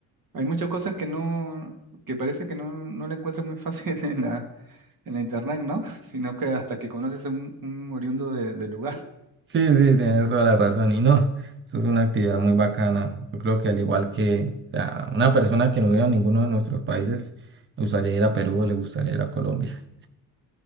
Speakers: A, on the right; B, on the right.
A: hay muchas cosas que no, que parece que no, no la encuentras muy fácil <laughs> en la, en la internet, ¿no? <laughs> Sino que hasta que conoces a un, un oriundo de- del lugar.
B: sí, sí, tienes toda la razón. Y no, eso es una actividad muy bacana. Yo creo que al igual que, o sea, una persona que no viva en ninguno de nuestros países, le gustaría ir a Perú, le gustaría ir a Colombia.